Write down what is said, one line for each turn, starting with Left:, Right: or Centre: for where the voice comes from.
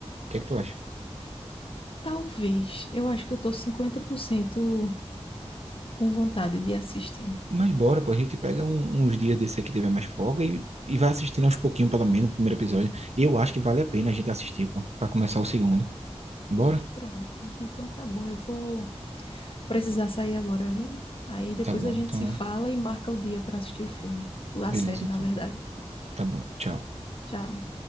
Right: O que é que tu acha?
Left: Talvez. Eu acho que eu tô 50% com vontade de assistir.
Right: Mas bora, pô, a gente pega um- uns dias desse aí que tiver mais folga e, e vai assistindo aos pouquinhos, pelo menos, o primeiro episódio. Eu acho que vale a pena a gente assistir, pô, pra começar o segundo. Bora?
Left: Pronto. Então tá bom, eu vou precisar sair agora, viu? Aí depois
Right: Tá bom,
Left: a gente
Right: então,
Left: se fala e marca o dia para assistir o filme, a
Right: beleza,
Left: série,
Right: então.
Left: na verdade.
Right: Tá bom, tchau.
Left: Tchau.